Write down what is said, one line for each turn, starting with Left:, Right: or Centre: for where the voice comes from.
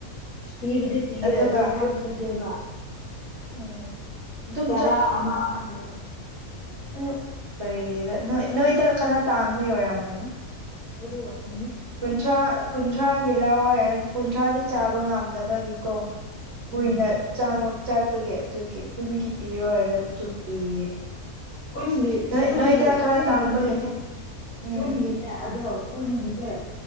Left: ꯄꯤꯕꯗꯤ ꯄꯤꯌꯦ
Right: ꯑꯗꯨꯒ
Left: ꯑꯗꯣ ꯌꯥꯝ ꯄꯤꯗꯦꯕ
Right: ꯎꯝ ꯑꯗꯨꯝ
Left: ꯆꯔꯥ ꯑꯃ ꯍꯞꯄꯤꯌꯨ
Right: ꯎꯝ ꯀꯔꯤꯔ ꯅꯣꯢ ꯅꯣꯏꯗ ꯈꯔ ꯇꯥꯡꯕꯒꯤ ꯑꯣꯏꯔꯝꯒꯅꯤ
Left: ꯑꯗꯨ ꯑꯣꯢꯔꯝꯅꯤ
Right: ꯀꯨꯟꯊ꯭ꯔꯥ ꯀꯨꯟꯊ꯭ꯔꯥꯒꯤ ꯂꯧꯋꯦ ꯀꯨꯟꯊ꯭ꯔꯥꯗꯤ ꯆꯥꯕ ꯉꯝꯗꯕꯒꯤꯀꯣ ꯀꯨꯏꯅ
Left: ꯎꯝ
Right: ꯆꯥꯡꯉꯣꯆꯠ ꯑꯩꯈꯣꯏꯒꯤ ꯑꯗꯨꯒꯤ ꯀꯨꯟꯒꯤ ꯄꯤꯌꯣ ꯍꯥꯢꯔꯗꯤ ꯑꯗꯨꯝ ꯄꯤꯌꯦ
Left: ꯀꯨꯟꯒꯤ
Right: ꯅꯣꯏ
Left: ꯀꯨꯟꯒꯤ
Right: ꯅꯣꯏꯗ ꯈꯔ
Left: ꯀꯨꯟꯒꯤꯅꯦ
Right: ꯇꯥꯡꯕꯒꯤꯅꯦ ꯎꯝ
Left: ꯀꯨꯟꯒꯤꯅꯦ ꯑꯗꯣ ꯀꯨꯟꯒꯤꯁꯦ